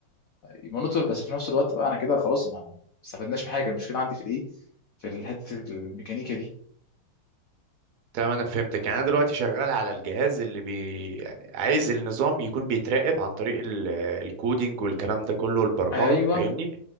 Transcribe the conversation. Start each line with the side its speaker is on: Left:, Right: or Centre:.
Left: يمونيتور بس في نفس الوقت بقى انا كده خلاص ما ما استفدناش من حاجه المشكله عندي في الايه في حته الميكانيكا دي
Right: تمام انا فهمتك يعني انا دلوقتي شغال على الجهاز اللي بي... عايز النظام يكون بيتراقب عن طريق ال... الكودينج والكلام ده كله والبرمجه
Left: ايوه
Right: فاهمني